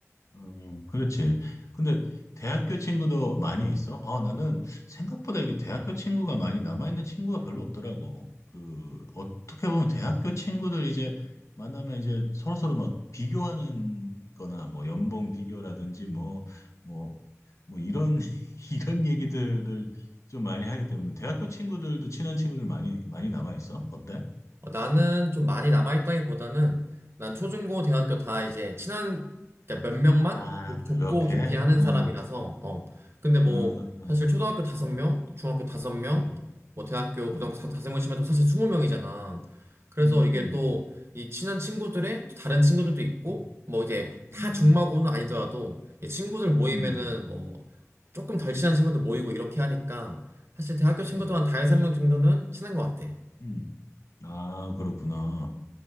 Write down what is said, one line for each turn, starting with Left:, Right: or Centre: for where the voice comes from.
Left: 음, 그렇지. 근데 대학교 친구도 많이 있어? 아, 나는 생각보다 이게 대학교 친구가 많이 남아있는 친구가 별로 없더라고. 그, 어떻게 보면 대학교 친구들 이제 만나면 이제 서로서로 막 비교하는 거나 뭐 연봉 비교라든지 뭐, 뭐, 뭐 이런, <laughs> 이런 얘기들을 좀 많이 하기 때문에 대학교 친구들도 친한 친구들 많이, 많이 남아있어? 어때?
Right: 어, 나는 좀 많이 남아있다기보다는 난 초중고 대학교 다 이제 친한 그러니까 몇 명만
Left: 아,
Right: 좁-
Left: 그렇게?
Right: 고 어, 깊게 하는
Left: 응,
Right: 사람이라서 어 근데 뭐
Left: 응, 응,
Right: 사실 초등학교 다섯
Left: 응,
Right: 명 중학교 다섯 명
Left: 응,
Right: 뭐 대학교 고등학교
Left: 응.
Right: 다- 다섯 명씩 해도 사실 스무 명이잖아 그래서
Left: 음.
Right: 이게 또 이 친한 친구들의 또 다른 친구들도 있고
Left: 음,
Right: 뭐 이제 다
Left: 음,
Right: 중마고는 아니더라도 이 친구들 모이면은
Left: 음,
Right: 뭐 조금 덜 친한 친구도 모이고 이렇게 하니까 사실 대학교
Left: 음.
Right: 친구도 한 다섯 명 정도는 친한 것 같아
Left: 음. 아, 그렇구나.